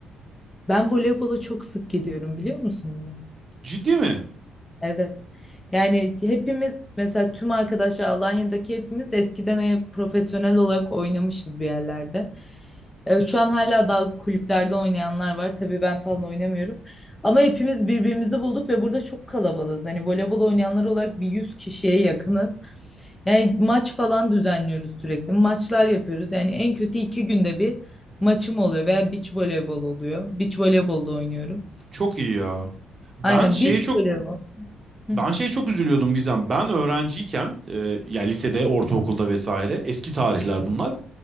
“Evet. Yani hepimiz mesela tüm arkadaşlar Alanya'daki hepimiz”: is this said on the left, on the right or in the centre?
Left